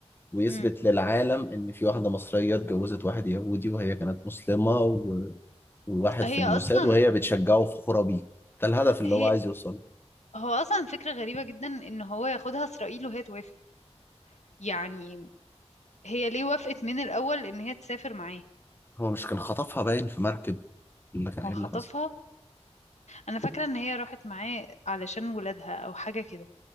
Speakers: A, on the left; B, on the left.
A: ويثبت
B: مم.
A: للعالم إن في واحدة مصرية اتجوزت واحد يهودي وهي كانت مسلمة و... وواحد
B: هي
A: في الموساد
B: أصلا
A: وهي بتشجعه وفخورة بيه ده الهدف اللي
B: هي
A: هو عايز يوصله
B: هو أصلا فكرة غريبة جدا إن هو ياخدها إسرائيل وهي توافق يعني هي ليه وافقت من الأول إن هي تسافر معاه
A: هو مش كان خطفها باين في مركب اللي كان
B: هو
A: ايه
B: خطفها
A: اللي حصل
B: أنا فاكرة إن هي راحت معاه علشان ولادها أو حاجة كده